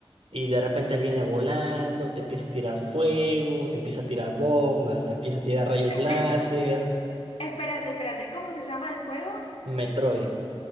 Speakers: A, on the right; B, on the left.
A: y de repente él viene volando, te empieza a tirar fuego, te empieza a tirar bombas, te empieza a tirar rayos láser.
B: Eh, espérate, espérate, ¿cómo se llama el juego?
A: Metroid.